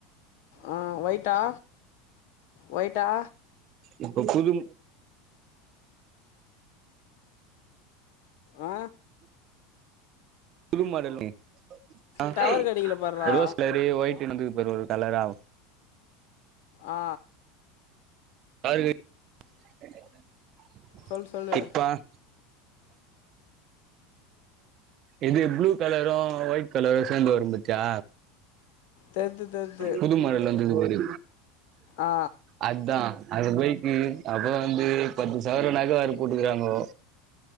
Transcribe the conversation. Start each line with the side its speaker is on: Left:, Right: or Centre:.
Left: அ ஒயிட்டா ஒயிட்டா
Right: இப்ப புதும்
Left: அ
Right: புது மாடல் மே அ
Left: டவர் கெடைக்கல பார்றா
Right: ரோஸ் கலரு ஒயிட் டேம் வந்தது பர் ஒர் ஒர் கலராவ்
Left: ஆ
Right: <unintelligible>
Left: சொல்லு சொல்லு
Right: இப்பா <inaudible> இது ப்ளூ கலரோ ஒயிட் கலரோ சேந்து வரும் பாத்தியா
Left: தெர்து தெர்து
Right: புதுமாடலு வந்தது பாரு
Left: ஆ
Right: அத்தா அது பைக்கு அப்பறோ வந்து பத்து சவரோ நக வேற போட்டுகுறாங்கோ